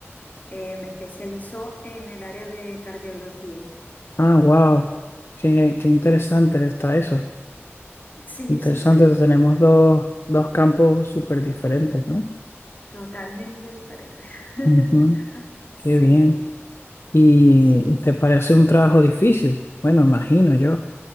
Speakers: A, on the left; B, on the left.
A: Eh, me especializo en el área de cardiología,
B: Ah, wow. Qué, qué interesante está eso.
A: Sí,
B: Interesante,
A: súper.
B: tenemos dos, dos campos súper diferentes, ¿no?
A: totalmente diferente. <laughs>
B: Ujú,
A: Sí,
B: Qué bien. ¿Y
A: sí, sí.
B: te parece un trabajo difícil? Bueno, imagino yo.